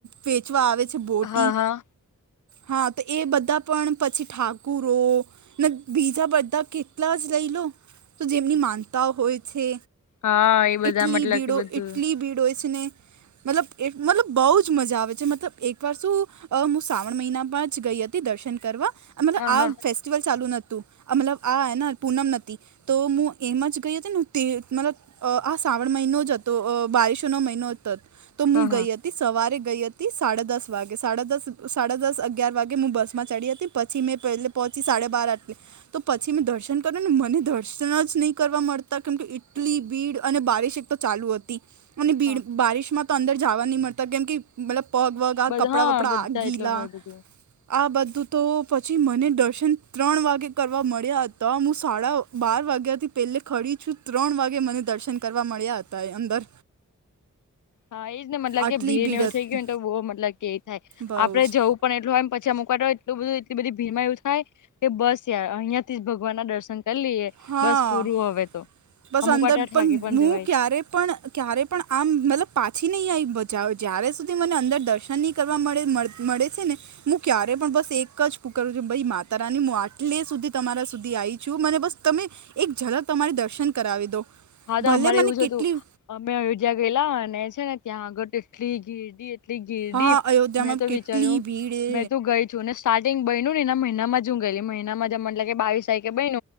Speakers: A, on the right; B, on the left.
A: વેચવા આવે છે. બોટી.
B: હા હા
A: હા તો એ બધા પણ પછી ઠાકુરો ને બીજા બધા કેટલા જ લઈ લો. તો જેમની માનતાઓ હોય છે.
B: હા એ બધા
A: ઇટલી
B: મતલબ
A: બડો
B: કે બધું
A: ઇટલી બડ઼ ને. મતલબ એ મતલબ બહુ જ મજા આવે છે. મતલબ એકવાર શું અ હું શ્રાવણ મહિના બા જ ગઈ હતી દર્શન કરવા મતલબ
B: હા
A: આ
B: હા
A: ફ ચાલુ નતું મતલબ આ ને પૂનમ નથી તો હું એમ જ ગઈ હતી ને તે મતલબ અ આ શ્રાવણ મહિનો જ હતો બારિશોનો મહિનો હતો તો હું
B: હા
A: ગઈ
B: હા
A: હતી. સવારે ગઈ હતી સાડા દસ વાગે સાડા દસ સાડા દસ અગિયાર વાગે હું બસમાં ચડી હતી. પછી મેં પહેલે પહોંચી સાડે બાર આટલે. તો પછી મેં દર્શન કર્યું ને મને દર્શન જ નહીં કરવા મળતા કેમ કે ટલી ભીડ અને બારીશ. ચાલુ હતી, અને ભીડ
B: હા
A: બારિશમાં તો અંદર જવા ન મળતા કેમ કે મતલબ પગ વગ.
B: બધા
A: કપડા
B: હા
A: વપડા
B: બધા
A: આ ગીલા,
B: એટલે હોય બધું
A: આ બધું તો પછી મને દર્શન ત્રણ વાગે કરવા મળ્યા, હતા હું સાડા બાર વાગ્યાથી પેલે ખડી છું ત્રણ વાગે મને દર્શન કરવા મળ્યા હતા એ અંદર.
B: હા એજ ને મતલબ
A: આટલી
B: કે ભીડ એવું
A: હતી
B: થઈ ગયું ને તો બહ મતલબ કે એ થાય,
A: બહુ
B: આપડે
A: જ
B: જવું પણ એટલુંછ ચમક હો એટલ બધ એટલી બધી ભી માં એવું થાય, કે બસ યાર અહિયાંથી જ ભગવાન ના દર્શન કરી લએ,
A: હા
B: બસ પૂરું હવે તો.
A: બસ
B: અમુક
A: અંદર
B: વાર તો
A: પણ
B: થાકી
A: હું
B: જવાય
A: ક્યારે પણ ક્યારે પણ આમ મતલબ પાછી નહી આવી બાવ જય્યારે સુધી મને અંદર દર્શનની કરવા મળે મળે છે ને. હું ક્યારે પણ બસ એક જ કુકું છ ભાઈ માતા રાની હું આટલે સુધી તમારા સુધી આવી. શું મને બસ તમે એક જલક તમારી દર્શન કરાવી દો.
B: હા તો
A: ભલે
B: અમારે
A: મને
B: એવું જ
A: કેટલી
B: હતું, અમે અયોધ્યા ગયેલા અને છે ને ત્યાં આગળ તો એટલી ઘેરડી એટ ગીરડી
A: હા અયોધ્યામાં
B: મેં તો
A: કેટલી
B: વિચાર્યું
A: ભીડ એ
B: મેં તો ગઈ. જોુંને સ્ટાર્ટિંગ બનનું ને એને મહિનામાં જ હું ગયેલી મહિનામાંમ એટલે કે બાવીસ તારીખે બન.